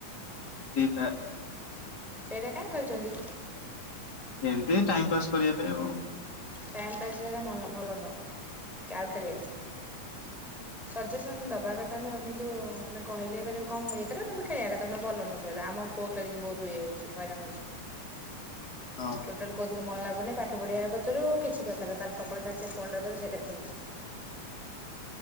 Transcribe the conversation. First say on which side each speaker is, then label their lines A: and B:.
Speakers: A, on the left; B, in the centre.
A: ଫ୍ରୀ ଫାର।
B: ସେଇଟା କାଇଁ ଖେଳୁଛନ୍ତି?
A: ଏମତି ଟାଇମ ପାସ୍ କରିବା ପାଇଁ ଆଉ।
B: ଟାଇମ ପାସ୍ ହେଲେ ମନ ଭଲ ନୁହଁ କି ଆଉ ଖେଳିବେନି। ସଜେସନ ଦବା କଥା ନୁହଁ। କିନ୍ତୁ ମାନେ କହିଲେ ଏ କଣ ଇଏ କିନ୍ତୁ ଖେଳିବା କଥା ନୁହଁ ଭଲ ନୁହୁଁ ସେଇଟା। ଆମ ପୁଅ ଖେଳିକି ବହୁତ ଇଏହଉଛି ହଇରାଣ ହଉଛି।
A: ହଁ।
B: ଟୋଟାଲ କଉଥିରେ ମନ ଲାଗୁନି। ପାଠ ପଢିବା କଥାରୁ କିଛି କଥାରେ ତା ସବୁବେଳେ ଖାଲି ସେ ଫୋନଟା ଧରୁଚି ସେଇଟାରେ ଖେଳୁଛି।